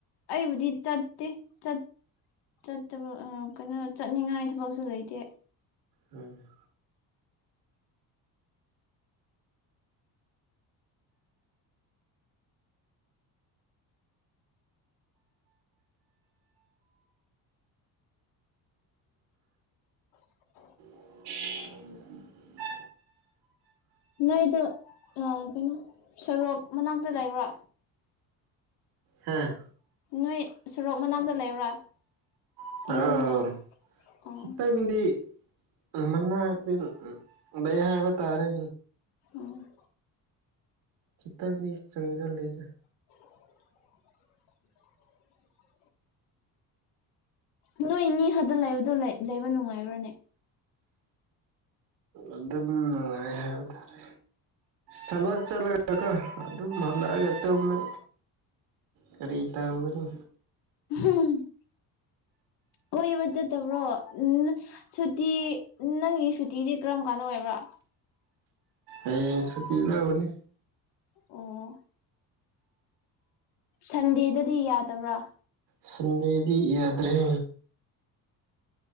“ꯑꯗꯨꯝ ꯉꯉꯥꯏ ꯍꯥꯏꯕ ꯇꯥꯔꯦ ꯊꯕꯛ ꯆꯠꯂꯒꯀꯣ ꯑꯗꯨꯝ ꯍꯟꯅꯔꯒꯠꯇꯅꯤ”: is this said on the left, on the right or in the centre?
Right